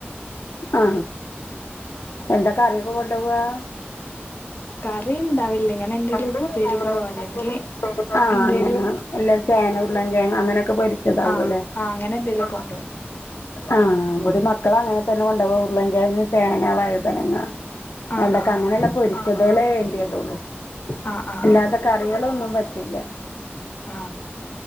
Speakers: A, on the left; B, on the left.
A: ആ എന്ത കറിയൊക്ക കൊണ്ടു പോവാ
B: കറി ഇണ്ടാവില്ല ഇങ്ങനെ എന്തെലും
A: കറി
B: ഉപ്പേരികളോ
A: ഉണ്ടാവുല്ല ഇങ്ങനെ
B: അല്ലെങ്കിൽ
A: എന്തേലും ഉപ്പേരി ആ
B: എന്തേലും
A: അങ്ങന എല്ല ചേന ഉള്ളാം അങ്ങനെ ന്തൊക്കെ പൊരിച്ചതകുല്ലേ
B: ആഹ് ആഹ് അങ്ങനെ എന്തേലും
A: ആ
B: കൊണ്ടോവും
A: ആ ഒരു മക്കള അങ്ങനെ തന്നെ കൊണ്ട പോ ഉള്ള കന്ന് ചേന വഴുതനങ്ങ
B: ആഹ്
A: വെണ്ടക്ക
B: ആഹ്
A: അങ്ങനെയുള്ള പൊരിച്ചതകെ വേണ്ടിയതള്ളൂ
B: ആഹ് ആഹ്
A: ഇല്ലാത്ത കറികളൊന്നും പ റ്റില്ല
B: ആ